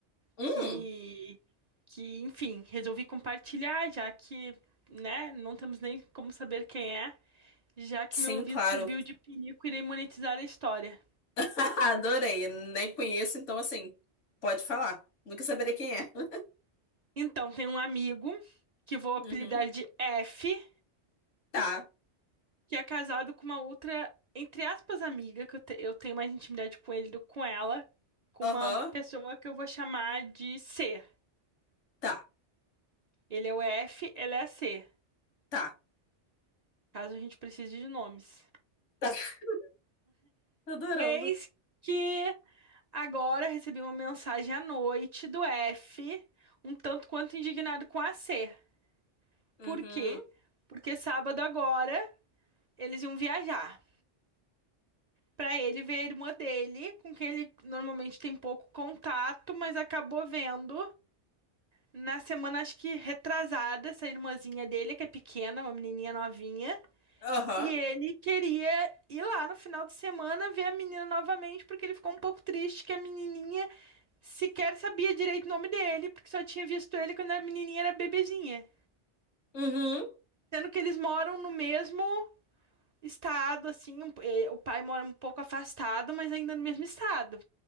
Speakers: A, on the left; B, on the right.
A: Hum,
B: que, que, enfim, resolvi compartilhar, já que, né, não temos nem como saber quem é, já que
A: sim,
B: meu ouvido
A: claro.
B: serviu de pinico, irei monetizar a história.
A: <laughs> Adorei. Nem conheço, então assim, pode falar. Nunca saberei quem é. <laughs>
B: Então, tem um amigo que vou
A: Uhum.
B: apelidar de F.
A: Tá.
B: que é casado com uma outra, entre aspas, amiga, que eu, te- eu tenho mais intimidade com ele do que com ela, com
A: Aham.
B: uma pessoa que eu vou chamar de C.
A: Tá.
B: Ele é o F, ela é a C,
A: Tá.
B: caso a gente precise de nomes.
A: Tá. <laughs> Tô Adorando.
B: Eis que agora recebi uma mensagem à noite do F, um tanto quanto indignado com a C.
A: Uhum.
B: Por quê? Porque sábado agora eles iam viajar. Pra ele ver a irmã dele, com quem ele normalmente tem pouco contato, mas acabou vendo. Na semana, acho que retrasada, essa irmãzinha dele, que é pequena, uma menininha novinha,
A: Aham.
B: e ele queria ir lá no final de semana ver a menina novamente, porque ele ficou um pouco triste que a menininha sequer sabia direito o nome dele, porque só tinha visto ele quando a menininha era bebezinha.
A: Uhum.
B: Sendo que eles moram no mesmo estado, assim, um- eh, o pai mora um pouco afastado, mas ainda no mesmo estado.